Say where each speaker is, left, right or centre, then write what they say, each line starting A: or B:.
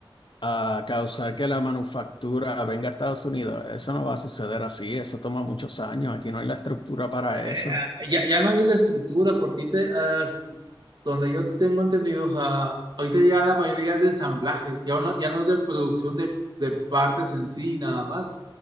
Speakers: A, on the left; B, on the right.
A: a causar que la manufactura venga a Estados Unidos, eso no va a suceder así, eso toma muchos años, aquí no hay la estructura para
B: Eh,
A: eso.
B: ah, ya, ya no hay la estructura, porque ahorita, ah, s- donde yo tengo entendido, o sea, ahorita ya la mayoría es de ensamblaje, ya no, ya no es de producción de, de partes en sí, nada más.